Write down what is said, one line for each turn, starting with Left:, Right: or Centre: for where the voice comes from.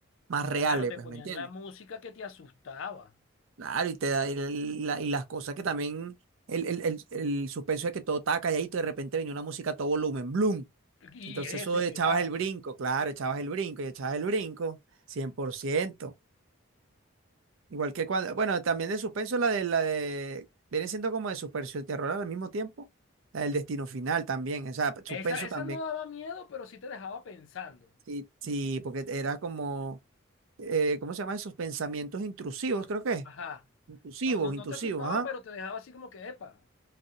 Right: más reales,
Left: Claro, te
Right: pues,
Left: ponían
Right: ¿me entiendes?
Left: la música que te asustaba.
Right: Claro, y te da, y, la- y las cosas que también, el, el, el, el suspenso de que todo estaba calladito y de repente venía una música a todo volumen, ¡bloom!
Left: Y
Right: Entonces
Left: eso,
Right: eso
Left: y
Right: echabas
Left: pegado.
Right: el brinco, claro, echabas el brinco y echabas el brinco, 100%. Igual que cuando, bueno, también de suspenso la de la de viene siendo como de suspenso y terror al mismo tiempo, la del destino final también, o sea, suspenso
Left: Esa, esa
Right: también.
Left: no daba miedo, pero sí te dejaba pensando.
Right: Sí, sí, porque era como eh, ¿cómo se llama esos pensamientos intrusivos? Creo que es.
Left: Ajá.
Right: Intrusivos,
Left: No, no, no
Right: intrusivos,
Left: te asustaba,
Right: ajá.
Left: pero te dejaba así como que, epa,